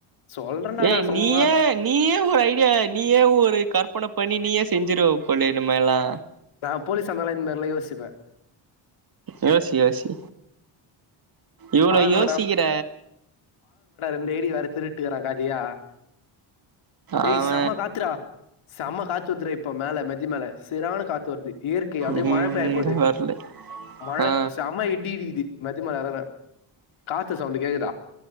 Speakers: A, on the left; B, on the right.
A: சொல்றேன்டா
B: ஏ
A: நா சும்மா
B: நீயே நீயே ஒரு ஐடியா நீயே ஒரு கற்பன பண்ணி நீயே செஞ்சிருவ போல இனிமேல்லா
A: நா போலீஸா இருந்தால்லா இந்த மாரில்லா யோசிப்பே
B: யோசி யோசி இவ்ளோ
A: ஆள்
B: யோசிக்கிற
A: இந்தேடி வர்ற திருட்டுக்காறே காலியா
B: அவ
A: ஏய் செம காத்துறா செம காத்து வர்துறா இப் போ மேல மெத்தி மேல சீரான காத்து வருது இயற்கை அப்டியே
B: இங்க
A: மழ பெய்ய போது
B: வரல
A: மழ
B: ஆ
A: செம்ம இடி இடிக்குது மெத்து மேல வரவு காத்து சவுண்ட் கேக்குது